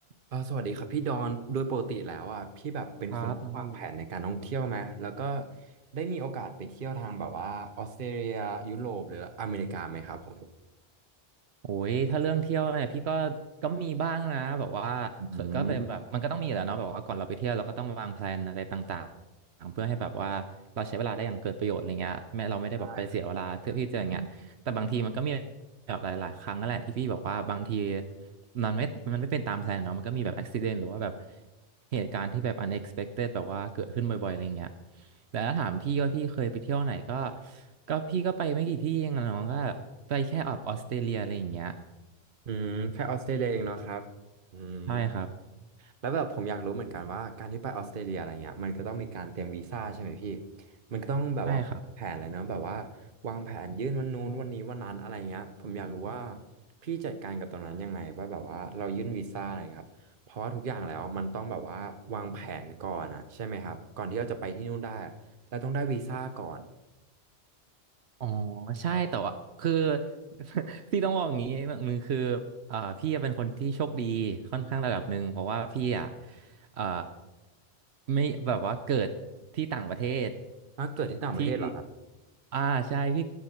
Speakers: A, on the right (about 55°); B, on the right (about 75°).
A: เออสวัสดีครับพี่ดอนโดยปกติแล้วอ่ะพี่แบบเป็นคนที่วางแผนในการท่องเที่ยวไหมแล้วก็
B: ครับน้องว่าโล
A: ได้มีโอกาสไปเที่ยวทางแบบว่าออสเตรเลียยุโรปหรืออเมริกาไหมครับผม
B: โอ้ยถ้าเรื่องเที่ยวเนี่ยพี่ก็ก็มีบ้างนะแบบว่าเคยก็เป็นแบบมันก็ต้องมีแหละวเนาะแบบว่าก่อนเราไปเที่ยวเราก็ต้องวางแพลนอะไรต่างๆเพื่อให้แบบว่าเราใช้เวลาได้อย่างเกิดประโยชน์อะไรเงี้ยแม้เราไม่ได้แบบไปเสียเวลาเที่ยวที่เจออย่างเงี้ยแต่บางทีมันก็มี
A: อืมใช่ครับ
B: แบบหลายๆครั้งนั่นแหละที่พี่บอกว่าบางที มันไม่มันไม่เป็นตามแผนเนาะมันก็มีแบบอุบิเหตุหรือว่าแบบเหตุการณ์ที่แบบ unexpected แบบว่าเกิดขึ้นบ่อยๆอะไรเงี้ยแต่ถ้าถามพี่ว่าพี่เคยไปเที่ยวไหนก็ ก็พี่ก็ไปไม่กี่ที่เองอะน้องก็ไปแค่อบบออสเตรเลียอะไรอย่างเงี้ย
A: อืมแค่ออสเตรเลียเองเนาะครับอืม
B: ใช่ครับ
A: แล้วแบบผมอยากรู้เหมือนกันว่าการที่ไปออสเตรเลียอะไรเงี้ยมันก็ต้องมีการเตรียมวีซ่าใช่ไหมพี่มันก็ต้องแบบว่าแผนเลยเนอะแบบว่า
B: ใช่ครับ
A: วางแผนยื่นวันนู้นวันนี้วันนั้นอะไรเงี้ยผมอยากรู้ว่าพี่จัดการกับตรงนั้นยังไงว่าแบบว่าเรายื่นวีซ่าอะไรเงี้ยครับเพราะว่าทุกอย่างแล้วมันต้องแบบว่าวางแผนก่อนอะใช่ไหมครับก่อนที่เราจะไปที่นู่นได้อะเราต้องได้วีซ่าก่อน
B: อ๋อใช่แต่ว่าคือ <laughs> ที่ต้องบอกอย่างนี้หนึ่งคือเอ่อพี่เป็นคนที่โชคดีค่อนข้างระดับหนึ่งเพราะว่าพี่อ่ะเอ่อไม่แบบว่าเกิดที่ต่างประเทศ
A: อ่ะเกิดที่ต่างประเทศเหรอครับ
B: ที่อ่าใช่พี่